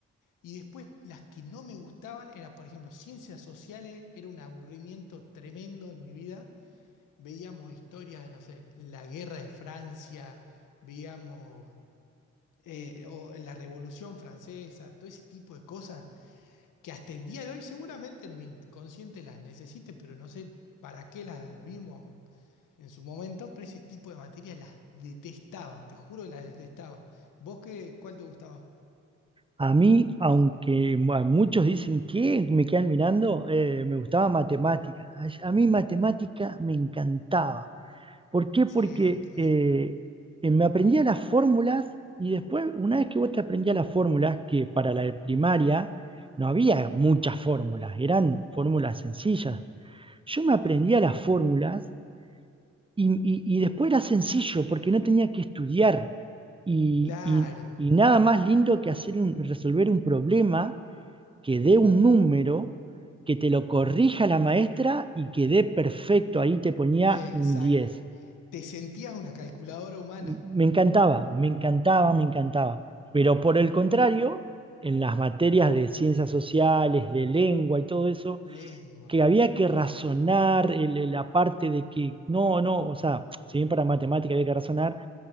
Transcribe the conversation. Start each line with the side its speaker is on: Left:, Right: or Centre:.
Left: Y después las que no me gustaban era, por ejemplo, ciencias sociales, era un aburrimiento tremendo en mi vida. Veíamos historias de, no sé, la guerra de Francia, veíamos eh, o la Revolución Francesa, todo ese tipo de cosas que hasta el día de hoy seguramente en mi inconsciente las necesite, pero no sé para qué las vimos en su momento, pero ese tipo de materias las detestaba, te juro que las detestaba. ¿Vos qué, cuál te gustaba?
Right: A mí, aunque a muchos dicen que me quedan mirando, eh, me gustaba matemática. A a mí matemática me encantaba. ¿Por qué?
Left: Sí,
Right: Porque
Left: a mí también.
Right: eh, eh, me aprendía las fórmulas y después, una vez que vos te aprendías las fórmulas, que para la de primaria no había muchas fórmulas, eran fórmulas sencillas. Yo me aprendía las fórmulas y, y- y después era sencillo porque no tenía que estudiar y,
Left: Claro.
Right: y- y nada más lindo que hacer un, resolver un problema que dé un número, que te lo corrija la maestra y que dé perfecto, ahí te ponía
Left: Exacto.
Right: un 10.
Left: Te sentías una calculadora humana.
Right: Me encantaba, me encantaba, me encantaba. Pero por el contrario, en las materias de ciencias sociales, de lengua y todo eso,
Left: Lengua.
Right: que había que razonar el- el- la parte de que, no, no, o sea, si bien para matemática había que razonar,